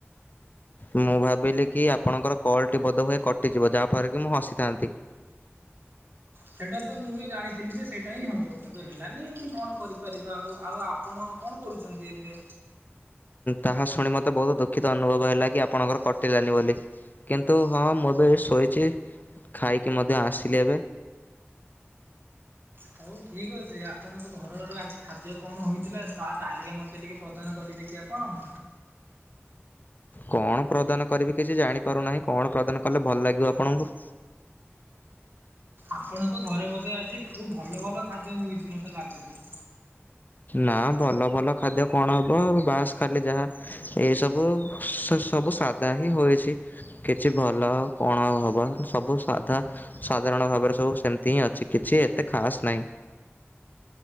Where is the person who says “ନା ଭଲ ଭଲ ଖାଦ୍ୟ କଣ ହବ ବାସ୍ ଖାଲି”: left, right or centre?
Left